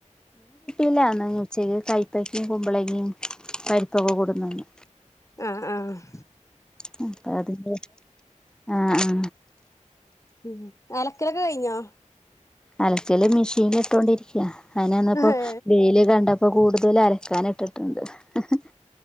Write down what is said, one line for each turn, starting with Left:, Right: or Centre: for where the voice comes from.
Centre: ഇല്ലാന്ന് ഉച്ചക്ക് കയ്പ്പക്കയും കുമ്പളങ്ങേ പരിപ്പൊക്കെ കൊട്ന്ന്ണ്ട്
Left: ആ ആ
Centre: <unintelligible> അതിന്റെ ആ ആ
Left: ഉം അലക്കലൊക്കെ കയിഞ്ഞോ
Centre: അലക്കല് മിഷീനി ഇട്ടൊണ്ടിരി <unintelligible> അങ്ങനെ വന്നപ്പോ
Left: ഏഹ്
Centre: വെയില് കണ്ടപ്പോ കൂടുതല് അലക്കാനിട്ടിട്ടുണ്ട് ങ് ഹ്